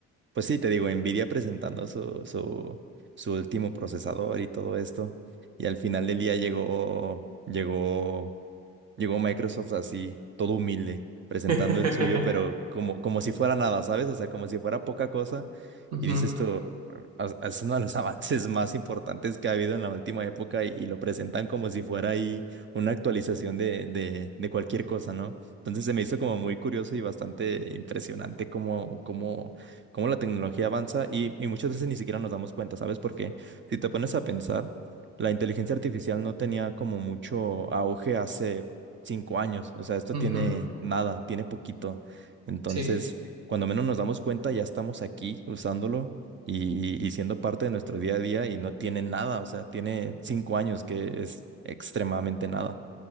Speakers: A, on the right; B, on the right.
A: pues sí, te digo, Nvidia presentando su, su, su último procesador y todo esto. Y al final del día llegó, llegó Llegó Microsoft así, todo humilde, presentando
B: <laughs>
A: el suyo, pero como, como si fuera nada, ¿sabes? O sea, como si fuera poca cosa.
B: Ujú,
A: Y dices tú, "Ah, ah, es uno de los <laughs> avances más importantes que ha habido en la última época y, y lo presentan como si fuera ahí una actualización de, de, de cualquier cosa, ¿no? Entonces se me hizo como muy curioso y bastante impresionante cómo, cómo, cómo la tecnología avanza y, y muchas veces ni siquiera nos damos cuenta, ¿sabes? Porque si te pones a pensar, la inteligencia artificial no tenía como mucho auge hace cinco años. O sea, esto
B: ujú.
A: tiene nada, tiene poquito. Entonces,
B: Sí,
A: cuando menos nos damos cuenta, ya estamos aquí usándolo y, y- y siendo parte de nuestro día a día y no tiene nada. O sea, tiene cinco años que es extremadamente nada.